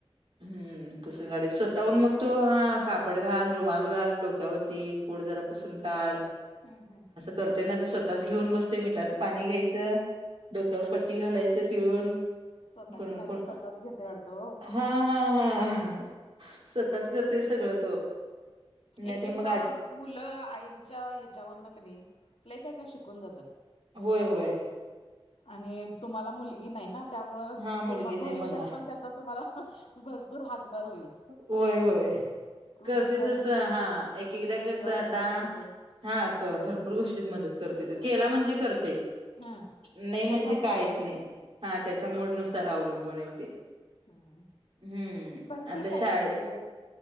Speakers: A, on the right; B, on the left.
A: हम्म. पुसून गाडी स्वतःहून मग तो हा कापड घाल रुमाल घाल डोक्यावरती पोड जरा. पुसून काढ.
B: हम्म हम्म.
A: करते ना स्वतःच घेऊन बसते मिठाच पाणी घ्यायचं डोक्यावर पट्टी घालायच पिळून.
B: स्वतःची
A: कोण
B: काळजी
A: कोण
B: स्वतःच घेते वाढतो ओ.
A: हा हा हा स्वतःच करतोय सगळ तो. नाहीतर
B: एक एकदा.
A: मग आ
B: मुलं आईंच्या ह्याच्यावर न क नाही ल काय काय शिकून जातात.
A: होय होय.
B: आणि तुम्हाला मुलगी नाही ना त्यामुळ
A: हा मुलगी
B: तु भविष्यात
A: नाही मला
B: पण त्याचा तुम्हाला. भरपूर हातभार होईल
A: होय होय.
B: तू
A: करतेय
B: हे कर
A: तसं हा एक एकदा
B: मी
A: कस
B: तुला
A: आता.
B: मदत करतो
A: हा भरपूर गोष्टीत मदत करते त केला म्हणजे करते.
B: हम्म
A: नाही म्हणजे
B: त्याच्या मूडवर
A: काहीच नाही हा त्याच्या मोडनुसार अवलंबून आहे. ते
B: हम.
A: हम्म.
B: पण
A: आता
B: ठीक
A: शाळेत
B: आहे म्हणजे